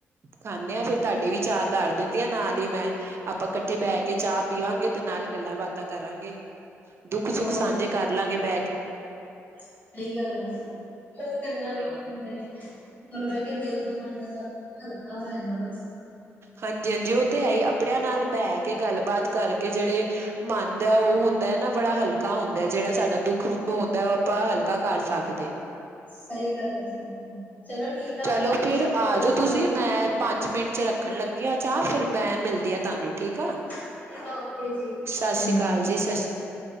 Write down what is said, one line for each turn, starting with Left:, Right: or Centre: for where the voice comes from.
Right: ਖਾਂਨੇ ਆਂ, ਫਿਰ ਤਾਡੀ ਵੀ ਚਾਅ ਤਾੱਰ ਦੇਨੀ ਆਂ ਨਾਲ ਈ ਮੈਂ, ਆਪਾਂ ਕੱਠੇ ਬੈ ਕੇ ਚਾਅ ਪੀਵਾਂਗੇ ਤੇ ਨਾਲ ਗੱਲਾਂਬਾਤਾਂ ਕਰਾਂਗੇ, ਦੁੱਖ ਸੁੱਖ
Left: ਹੋਰ
Right: ਸਾਂਝੇ
Left: ਕੀ,
Right: ਕਰ ਲਾਂਗੇ ਬਹਿ ਕੇ।
Left: ਸਹੀ ਗੱਲ ਆ, ਹੋਰ ਕਰਨਾ
Right: ਹਾਂ
Left: ਵੀ ਕੀ ਬੰਦੇ ਨੇ। ਕੋਲ ਬਹਿ ਕੇ ਦਿਲ ਦਾ ਮਨ ਦਾ ਬਹੁਤ ਹਲਕਾ ਹੋ ਜਾਂਦਾ ਬਸ।
Right: ਹਾਂਜੀ ਹਾਂਜੀ ਉਹ ਤੇ ਹੈ ਹੀ, ਆਪਣਿਆਂ ਨਾਲ ਬਹਿ ਕੇ ਗੱਲਬਾਤ ਕਰਕੇ ਜਿਹੜੇ ਮੰਨ ਦਾ ਉਹ ਹੁੰਦਾ ਐ ਨਾ ਬੜਾ ਹਲਕਾ ਹੁੰਦਾ ਜਿਹੜਾ ਸਾਡਾ ਦੁੱਖ ਹੁੰਦਾ ਉਹ ਆਪਾਂ ਹਲਕਾ ਕਰ ਸਕਦੇ।
Left: ਸਹੀ ਗੱਲ ਐ ਸਹੀ ਗੱਲ। ਚਲੋ ਠੀਕ ਆ
Right: ਚਲੋ
Left: ਤੁਸੀਂ
Right: ਫਿਰ
Left: ਪਕੌੜੇ
Right: ਆ ਜਾਓ
Left: ਬਣਾਓ
Right: ਤੁਸੀਂ ਮੈਂ ਪੰਜ ਮਿੰਟ ਚ ਰੱਖਣ ਲੱਗੀ ਆ ਚਾਹ ਫਿਰ ਮੈਂ ਮਿਲਦੀ ਆ ਤੁਹਾਨੂੰ। ਠੀਕ ਆ,
Left: ਠੀਕ ਆ ਓਕੇ ਜੀ
Right: ਸਸ
Left: ਚੰਗਾ
Right: ਸੀ ਕਾਲ ਜੀ ਸਸ ਸੀ ਕਾਲ।